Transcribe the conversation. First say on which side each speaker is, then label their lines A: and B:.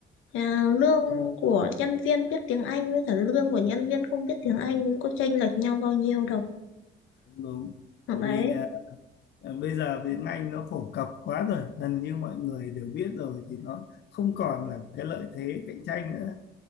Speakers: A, on the left; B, on the left.
A: À, lương của nhân viên biết tiếng Anh với cả lương của nhân viên không biết tiếng Anh cũng có chênh lệch nhau bao nhiêu đâu.
B: đúng đúng
A: Đấy,
B: vì Ờ, Bây giờ tiếng Anh nó phổ cập quá rồi, gần như mọi người đều biết rồi thì nó không còn là cái lợi thế cạnh tranh nữa.